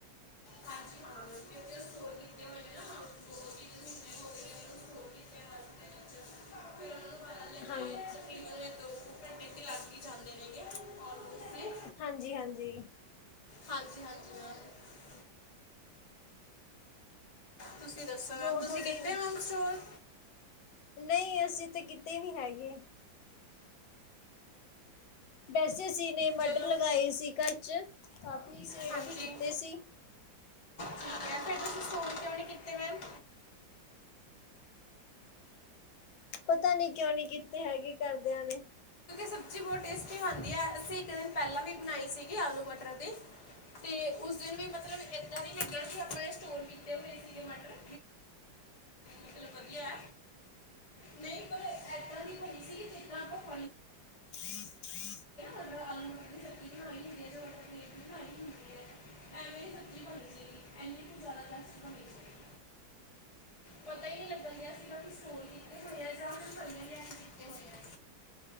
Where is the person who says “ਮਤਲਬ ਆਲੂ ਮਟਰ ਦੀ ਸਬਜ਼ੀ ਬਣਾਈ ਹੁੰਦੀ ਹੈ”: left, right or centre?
Left